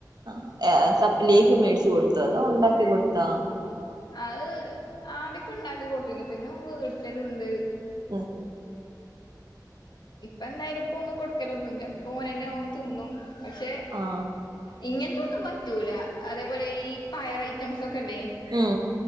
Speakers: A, on the right; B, on the left.
A: ആഹ് അഹ് സപ ലേഹ്യം മേടിച്ചു കൊടുത്തെ അതോ ഉണ്ടാക്കി കൊടുത്താ
B: അഹ് ആദ്യക്കെ ഇണ്ടാക്കി കൊടുത്തിന്നു പിന്നെ അഹ് വേടിച്ചൽണ്ട്
A: ഉം
B: ഇപ്പ എന്തായാലും ഇപ്പൊ ഒന്നും കൊടുക്കലൊന്നും ഇല്ല ഇപ്പൊ ഓനന്നെ ഓൻ തിന്നും പക്ഷെ
A: ആഹ്
B: ഇങ്ങനത്തൊന്നും പറ്റൂല അതേപോലെ ഈ പയർ ഐറ്റംസ് ഒക്കെ ഇല്ലേ
A: ഉം